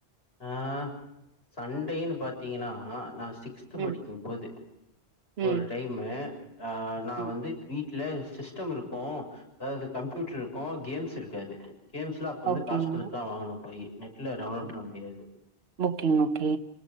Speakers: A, on the left (about 65°); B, on the right (about 70°).
A: ஆஹ் சண்டைன்னு பாத்தீங்கன்னா நா சிக்ஸ்த்து
B: ம்
A: படிக்கும்போது
B: ம்
A: ஒரு டைமு ஆ நான்
B: ம்
A: வந்து கீ வீட்ல சிஸ்டம் இருக்கும் அதாவது கம்ப்யூட்டர் இருக்கும் கேம்ஸ் இருக்காது கேம்ஸ்லா அப்ப வந்து
B: ஓகேங்க
A: காசு குடுத்துதா வாங்கனு போயி நெட் இல்ல <unintelligible> காம்கிறது
B: புக்கிங் ஓகே